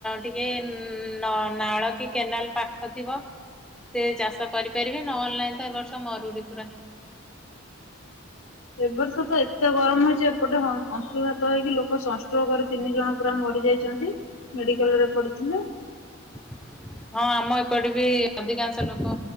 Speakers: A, in the centre; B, on the left (about 80°).
A: ଟିକେ ନ ନାଳ କି କେନାଲ ପାଖ ଥିବ ସେ ଚାଷ କରିପାରିବେ ନହେଲେ ନାଇଁ ତ ଏ ବର୍ଷ ମରୁଡି ପୁରା।
B: ଏବ ବର୍ଷ ତ ଏତେ ଗରମ ହେଇଛି ଏପଟେ ହଁ। ଅଂଶୁଘାତ ହେଇକି ଲୋକ ସଂଷ୍ଟ୍ରୋକ ରେ ତିନି ଜଣ ପୁରା ମରି ଯାଇଛନ୍ତି ମେଡିକାଲ ରେ ପଡିଥିଲେ।
A: <inaudible> ହଁ ଆମ ଏପଟେ ବି ଅଧିକାଂଶ ଲୋକ